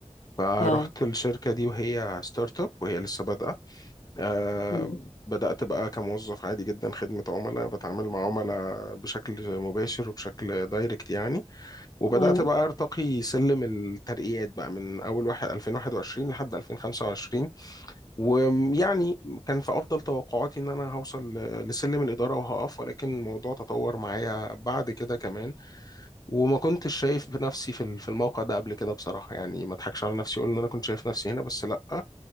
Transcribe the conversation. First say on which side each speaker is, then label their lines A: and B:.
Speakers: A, on the left; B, on the left.
A: فرحت
B: اه
A: الشركة دي وهي ستارت اب وهي لسه بادئة آه،
B: مم.
A: بدأت بقى كموظف عادي جدا خدمة عملاء بتعامل مع عملاء بشكل مباشر وبشكل دايركت يعني وبدأت
B: مم.
A: بقى أرتقي سلم الترقيات بقى من أول واحد 2021 لحد 2025 ويعني كان في أفضل توقعاتي إن أنا هوصل ل- لسلم الإدارة وهقف ولكن الموضوع تطور معايا بعد كده كمان وما كنتش شايف بنفسي في ال- في الموقع ده قبل كده بصراحة يعني ما اضحكش على نفسي اقول ان انا كنت شايف نفسي هنا بس لا